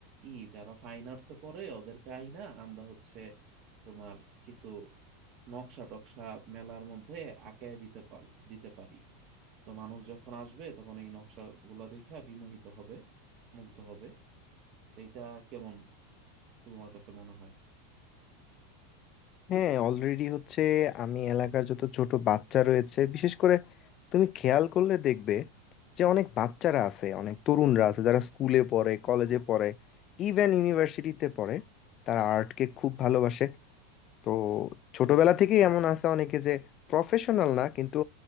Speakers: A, on the right (about 50°); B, on the left (about 40°).
A: ই যারা ফাইন আর্টসে পড়ে ওদেরকে আইনা আমরা হচ্ছে তোমার কিছু নকশা টকশা মেলার মধ্যে আঁকায় দিতে পা- দিতে পারি তো মানুষ যখন আসবে তখন এই নকশা গুলা দেখা বিমোহিত হবে মুগ্ধ হবে তো এইটা কেমন তোমার কাছে মনে হয়
B: হ্যাঁ অলরেডি হচ্ছে আমি এলাকার যত ছোট বাচ্চা রয়েছে বিশেষ করে তুমি খেয়াল করলে দেখবে যে অনেক বাচ্চারা আছে অনেক তরুণরা আছে যারা স্কুলে পড়ে কলেজে পড়ে ইভেন ইউনিভার্সিটিতে পড়ে তারা আর্টকে খুব ভালোবাসে তো ছোটবেলা থেকেই এমন আছে অনেকে যে প্রফেশনাল না কিন্তু